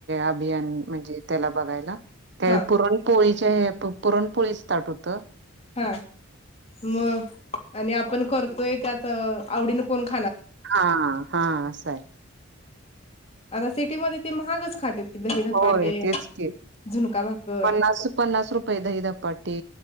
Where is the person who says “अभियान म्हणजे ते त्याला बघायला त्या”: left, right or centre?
Right